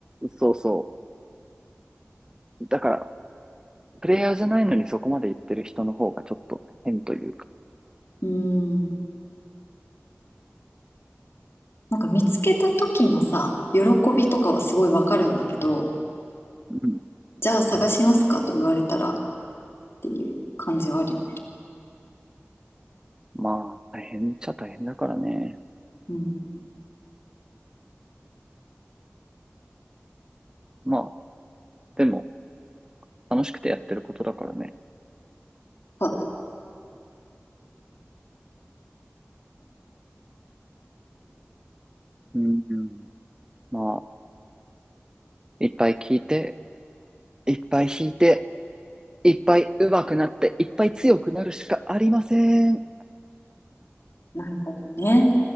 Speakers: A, on the right; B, on the left.
A: そうそう。だから、プレイヤーじゃないのにそこまで行ってる人の方がちょっと変というか、
B: うーん。なんか見つけた時のさ、喜びとかはすごいわかるんだけど、
A: うん。
B: じゃあ探しますかと言われたらっていう感じはあるよね。
A: まあ、大変っちゃ大変だからね。
B: うん。
A: まあ、でも、楽しくてやってることだからね。
B: そうだ。
A: うん。まあ、いっぱい聞いて、いっぱい弾いて、いっぱい上手くなって、いっぱい強くなるしかありません。
B: なるほどね。